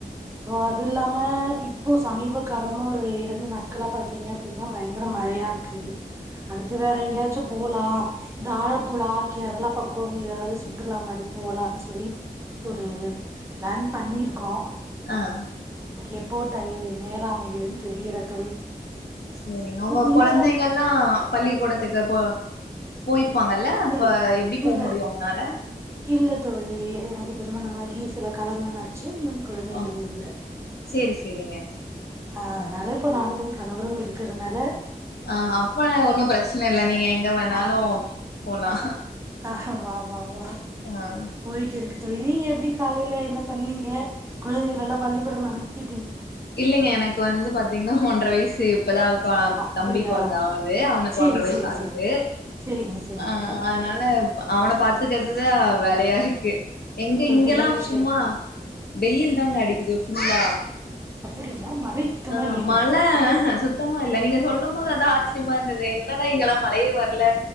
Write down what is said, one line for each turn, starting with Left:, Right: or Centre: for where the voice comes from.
Right: ரோ அது இல்லாம இப்போ சமீப காலமா ஒரு இரண்டு நாட்களா பாத்தீங்க அப்டின்னா பயங்கர மழையா இருக்கு அடுத்து வேற எங்கேயாச்சு போலா இந்த ஆழப்புழா கேரளா பக்கம் ஏதாவது சு ற்றுலா மாரி போலானு சொல்லி ஒரு பிளான் பண்ணிருக்கோ
Left: ஆஹ
Right: எப்போ டை நேரோ அமையுதுன்னு தெரியல தோழி
Left: செரிங்க உங்க
Right: நீங்க
Left: குழந்தைங்கல்லா
Right: என்ன
Left: பள்ளிக்கூடத்துக்கு போ போயிருப்பாங்கல்ல இப்ப
Right: இல்
Left: எப்டி போ
Right: இல்ல
Left: முடியும் அவங்களனால
Right: இல்ல தோழி எனக்கு திருமணமாகி சில காலந்தன்னாச்சு எங்களுக்கு கொழந்தைக
Left: ஆ
Right: எதுவு இல்ல
Left: சேரி சேரிங்க
Right: ஆஹ் அதனால இப்ப நானு என் கணரு இருக்கிறதுனால
Left: அஹ் அப்ப ஒன்னும் பிரச்சனை இல்ல நீங்க எங்க வேண்ணாலு
Right: ஆமா
Left: போலா
Right: ஆமா ஆமா ஆமா
Left: ஆஹ்
Right: போயிட்டு இருக்கு தோழி நீங்க எப்டி காலையில என்ன பண்ணீங்க குழந்தைங்க எல்லா பள்ளிக்கூடம் அனுப்பி
Left: இல்லலைங்க எனக்கு வந்து பாத்தீங்கன்னா ஒன்றரை வயசு எதாவு பா
Right: அப்டியா
Left: தம்பி பொறந்து ஆவுது அவனுக்கு
Right: சேரி
Left: ஒன்றரை வயசு
Right: சேரி
Left: ஆகுது
Right: சேரிங்க சேரிங்க சேரிங்க
Left: அஹ அதனால அவன பாத்துக்கிறதுத வேலையா இருக்கு எங்க
Right: ஒரு
Left: இங்கெல்லா
Right: பெரிய விஷயம்
Left: சும்மா
Right: தா
Left: வெயில் தங்காடி இது ஃபுல்லா
Right: அப்டிங்களா மழை சுத்தமா
Left: ஆஹ்
Right: இல்லைங்களா
Left: மழை சுத்தமா நீங்க சொல்லம் போது அதா ஆச்சரியமா இருந்தது என்னன்னா இங்கல்லா மழையே வரல